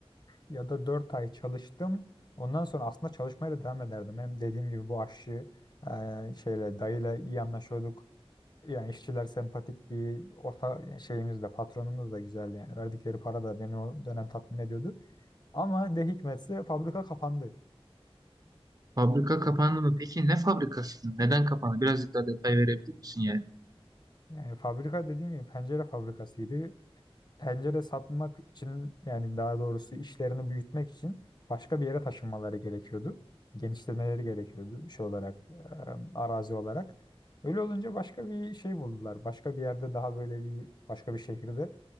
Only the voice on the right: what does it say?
Fabrika kapandı mı? Peki ne fabrikasıydı? Neden kapandı? Birazcık daha detay verebilir misin yani?